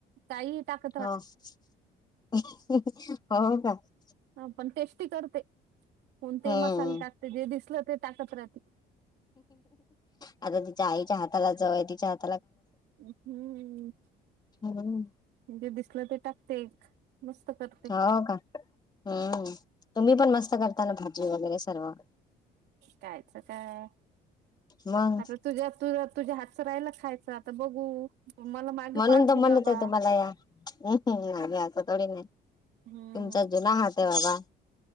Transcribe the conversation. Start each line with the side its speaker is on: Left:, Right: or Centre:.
Right: काही टाक
Left: हां हो कां.
Right: ह पण टेस्टी करते, कोणतेही
Left: हम्म
Right: मसाले टाकते जे दिसल ते टाकत राहते.
Left: आता तिच्या आईच्या हाताला चव आहे. तिच्या हात
Right: हम्म.
Left: हम्म
Right: जे दिसलं तर टाकते एक. मस्त कर.
Left: हो का? हम्म तुम्ही पण मस्त करता ना भाजी वगैरे सर्व.
Right: कायच काय,
Left: मग
Right: आता तुझ्या तुझ्या तुझ्या हातचं राहिलं खायचं आता बघू. मला मागे
Left: म्हणून
Right: पाडती
Left: तर म्हणत
Right: बाबा
Left: आहे तुम्हाला या. आम्ही असं थोडी ना आहे.
Right: हम्म
Left: तुमचा जुना हात आहे बाबा.